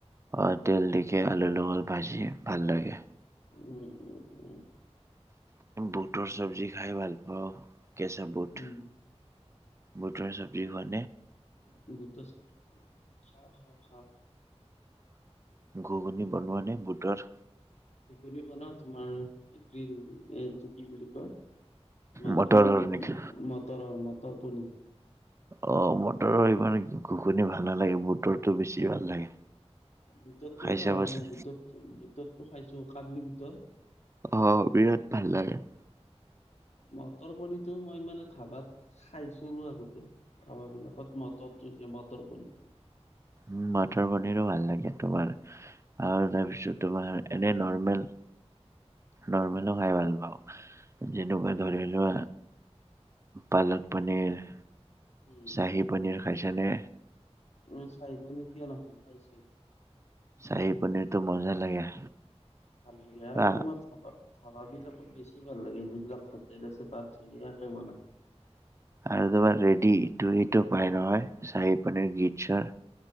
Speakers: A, on the right; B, on the left.
A: অ', তেল দিকে আলুৰ লগত ভাজি ভাল লাগে।
B: উম উম। উম,
A: বুটৰ চব্জি খাই ভাল পাওঁ কেঁচা বুট
B: উম,
A: বুটৰ চব্জি ভ
B: বুটৰ চব্জি আছে খাও, খাও, খাও।
A: ঘূগনি বনোৱা নে বুটৰ।
B: ঘূগুনী বনাও তোমাৰ গ্ৰীণ এ কি বুলি কয়। মাৰ
A: মটৰৰ
B: ডিম খু
A: নেকি?
B: মটৰ মটৰ পনীৰ
A: অ', মটৰৰ ইমান ঘুগুনি ভাল নালাগে বুটৰটো বেছি ভাল লাগে।
B: বুটৰতো
A: খাই
B: খাওঁ
A: চাবাচোন
B: মই বুতত বুততো খাইছোঁ কাবলি বুটৰ
A: অ', বিৰাট ভাল লাগে।
B: মটৰ পনীৰটো মই মানে ধাবাত খাইছিলোঁ আগতে ধাবাবিলাকত মটৰটো দিয়ে মটৰ পনীৰ।
A: উ মটৰ পনীৰো ভাল লাগে তোমাৰ আৰু তাৰপিছত তোমাৰ এনে নৰ্মেল নৰ্মেলো খাই ভাল পাওঁ। যেনেকুৱা ধৰি লোৱা পালক পনীৰ
B: উম
A: চাহি পনীৰ খাইছা নে?
B: <unintelligible> ন খাইছোঁ।
A: শ্বাহী পনীৰটো মজা লাগে।
B: আ
A: হা
B: তোমাৰ ধাবা ধাবাবিলাকত বেছি ভাল লাগে যিবিলাক হোটেল আছে তাত ধুনীয়াকে বনায়।
A: আৰু তোমাৰ ৰেডি ইটো সিটো পাই নহয় চাহী পানীৰ গীতচৰ।